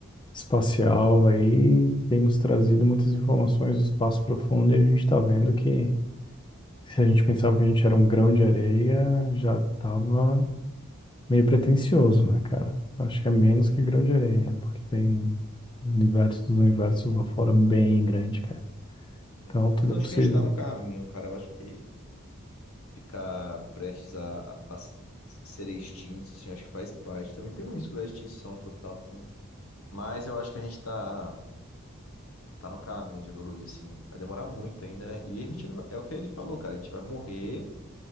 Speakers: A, on the left (about 20°); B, on the left (about 85°).
A: espacial aí, temos trazido muitas informações do espaço profundo e a gente tá vendo que. Se a gente pensava que a gente era um grão de areia, já tava meio pretensioso, né, cara? Eu Acho que é menos que grão de areia, porque tem um universo dos universos lá fora bem grande, cara.
B: É,
A: Então tudo
B: Mas eu
A: é
B: acho
A: possível.
B: que a gente tá no caminho, cara. Eu acho que ficar prestes a, a- a s- serem extintos, assim, eu acho que faz parte. Também tem um risco da extinção total também. Mas eu acho que a gente tá. tá no caminho de evoluir, assim. Vai demorar muito ainda, né? E a gente não vai... É o que ele falou, cara. A gente vai morrer